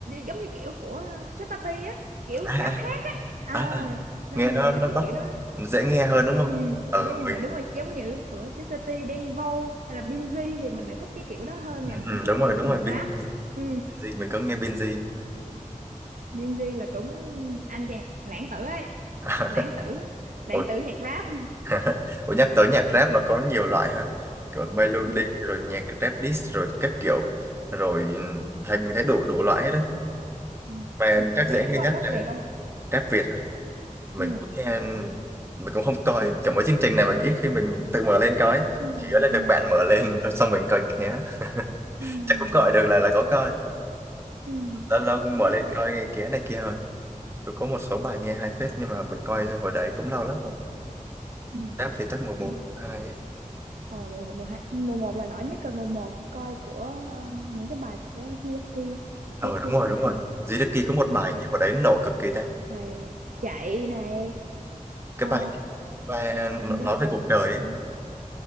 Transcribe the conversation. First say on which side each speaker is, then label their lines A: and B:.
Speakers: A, on the right; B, on the right.
A: giống như kiểu của Chutati á kiểu
B: à,
A: rap
B: à,
A: hát à
B: à, à.
A: nên
B: nghe nó
A: mình
B: nó
A: thích cái
B: bắt
A: kiểu đó
B: dễ nghe hơn đúng
A: ừ
B: không ừ,
A: đúng rồi
B: mình
A: đúng rồi giống như của Chutati Đen Vâu hay là Binz thì mình lại thích cái kiểu đó hơn
B: ừ,
A: là những cái
B: đúng rồi
A: kiểu
B: đúng
A: thuần
B: rồi Binz
A: rap ừ
B: gì mình có nghe Binz gì
A: Gen Z là cũng anh chàng lãng tử ấy Một
B: <laughs>
A: lãng tử lãng
B: Ủa
A: tử nhạc rap
B: <laughs> Ủa nhắc tới nhạc rap nó có nhiều loại ha Kiểu melody
A: ừ.
B: rồi nhạc rap diss rồi các kiểu Rồi thấy mình thấy đủ đủ loại hết á
A: ừ.
B: Mà
A: Hôm,
B: chắc
A: bạn
B: dễ
A: có
B: nghe
A: coi
B: nhất
A: rap
B: là
A: Việt không
B: rap Việt à Mình
A: ừ
B: cũng nghe Mình cũng không coi Kiểu mấy chương trình này mình ít khi mình tự mở lên coi
A: ừ
B: Chỉ là
A: ừ
B: được bạn mở lên xong mình coi ké <laughs>
A: ừ
B: Chắc cũng gọi được là là có coi
A: ừ
B: Lâu lâu cũng
A: rap
B: mở lên
A: Việt
B: coi ké này kia thôi Cũng có một số bài nghe hay phết Nhưng mà mình coi hồi đấy cũng lâu lắm rồi
A: ừ
B: Rap Việt chắc mùa một
A: ừ
B: mùa hai. ấy
A: ờ mùa mùa hai mùa một là nổi nhất rồi mùa một coi của ờ, những cái bài của Jioki á Jioki
B: Ờ đúng rồi
A: khá
B: đúng
A: là hay
B: rồi Duy Đức Kỳ có một
A: Jioki
B: bài gì hồi đấy nổ cực kỳ ta
A: bài chạy này
B: cái
A: Ờ,
B: bài và
A: hình
B: nó- nói
A: như bài
B: về cuộc đời
A: chạy
B: ấy.